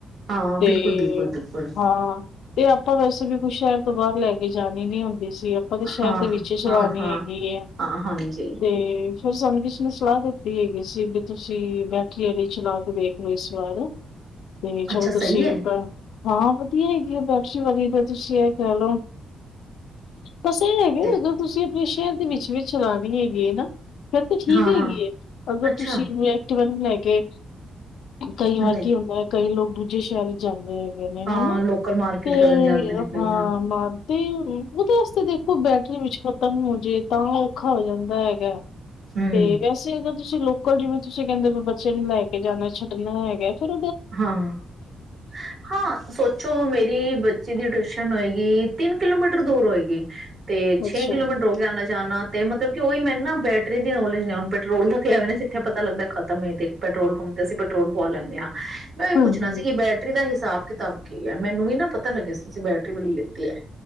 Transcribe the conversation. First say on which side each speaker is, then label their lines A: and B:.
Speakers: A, on the right; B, on the left.
A: ਹਾਂ
B: ਤੇ
A: ਬਿਲਕੁਲ ਬਿਲਕੁਲ ਬਿਲਕੁਲ
B: ਹਾਂ ਤੇ ਆਪਾਂ ਵੈਸੇ ਵੀ ਕੁਛ ਸ਼ਹਿਰ ਤੋਂ ਬਾਹਰ ਲੈ ਕੇ ਜਾਣੀ ਨੀ ਹੁੰਦੀ ਸੀ, ਆਪਾਂ ਤੇ ਸ਼ਹਿਰ
A: ਹਾਂ
B: ਦੇ ਵਿੱਚ ਹੀ ਚਲਾਨੀ
A: ਹਾਂ ਹਾਂ
B: ਹੈਗੀ ਏ,
A: ਹਾਂ ਹਾਂਜੀ
B: ਤੇ ਫਿਰ ਸਾਨੂੰ ਕਿਸੇ ਨੇ ਸਲਾਹ ਦਿੱਤੀ ਹੈਗੀ ਸੀ, ਵੀ ਤੁਸੀਂ ਬੈਟਰੀ ਆਲੀ ਚਲਾ ਕੇ ਦੇਖ ਲਓ ਇਸ ਵਾਰ ਤੇ
A: ਅੱਛਾ
B: ਚਲੋ
A: ਸਹੀ
B: ਤੁਸੀਂ
A: ਹੈ
B: <unintelligible> ਹਾਂ ਹੈਗੀ ਵਾਪਸੀ ਵਾਲੀ ਤਾਂ ਤੁਸੀਂ ਇਹ ਕਹਿ ਲਓ। ਬਸ ਇਹ ਹੈਗੇ
A: ਤੇ
B: ਜਦੋਂ ਤੁਸੀਂ ਆਪਣੇ ਸ਼ੇਅ ਵਿੱਚ ਵੀ ਚਲਾਨੀ ਹੈਗੀ ਏ ਨਾ ਫਿਰ ਤਾਂ ਠੀਕ
A: ਹਾਂ
B: ਹੈਗੀ
A: ਹਾਂ
B: ਏ ਅਗਰ
A: ਅੱਛਾ
B: ਤੁਸੀਂ ਨੇ ਵ ਨੂੰ ਲੈ ਕੇ, ਕਈ ਵਾਰ
A: ਨਹੀਂ
B: ਕੀ ਹੁੰਦਾ। ਲੋਕ ਦੂਜੇ ਸ਼ਹਿਰ ਚ ਜਾਂਦੇ ਹੈ। ਨੇ
A: ਹਾਂ
B: ਹਨਾ,
A: ਲੋਕਲ ਮਾਰਕੀਟ
B: ਤੇ
A: ਕਰਨ ਜਾਂਦੇ ਨੇ ਕਈ
B: ਹਾਂ ਮ ਤੇ ਉਹਦੇ ਵਾਸਤੇ ਦੇਖੋ ਬੈਟਰੀ ਵਿੱਚ ਮੂਝੇ ਤਾਂ ਔਖਾ ਹੋ ਜਾਂਦਾ ਹੈਗਾ।
A: ਹਮ
B: ਤੇ ਵੈਸੇ ਅਗਰ ਤੁਸੀਂ ਲੋਕਲ ਜਿਵੇਂ ਤੁਸੀਂ ਕਹਿੰਦੇ ਵੀ ਬੱਚੇ ਨੂੰ ਲੈ ਕੇ ਜਾਣਾ ਛੱਡਣਾ ਹੈਗਾ ਫ਼ਿਰ
A: ਹਾਂ-ਹਾਂ, ਸੋਚੋ ਮੇਰੀ ਬੱਚੀ ਦੀ ਟਿਊਸ਼ਨ ਹੋਏਗੀ ਤਿੰਨ ਕਿਲੋਮੀਟਰ ਦੂਰ ਹੋਏਗੀ। ਤੇ ਛੇ
B: ਅੱਛਾ
A: ਕਿਲੋਮੀਟਰ ਹੋ ਕੇ ਆਣਾ ਜਾਣਾ ਤੇ ਮਤਲਬ ਕਿ ਉਹੀ ਮੈਨੂੰ ਨਾ ਬੈਟਰੀ ਦੀ ਨੋਲੇਜ ਨੇ ਹੁਣ ਪੈਟਰੋਲ ਦਾ ਤੇ ਆਵੇ, ਨਾ ਜਿੱਥੇ ਪਤਾ ਲੱਗਦਾ ਖਤਮ ਤੇ ਪੈਟਰੋਲ ਪੰਪ ਤੇ ਅਸੀਂ ਪੈਟਰੋਲ ਪਾ ਲੈਂਣੇ ਹਾਂ। ਮੈਂ ਉਹੀ
B: ਹਾਂਜੀ
A: ਪੁੱਛਣਾ ਸੀ ਕਿ ਬੈਟਰੀ ਦਾ ਹਿਸਾ ਹਿਸਾਬ ਕਿਤਾਬ ਕੀ ਹੈ, ਮੈਨੂੰ ਵੀ ਨਾ ਪਤਾ ਲੱਗਿਆ ਤੁਸੀਂ ਬੈਟਰੀ ਵਾਲੀ ਲਿੱਤੀ ਹੈ।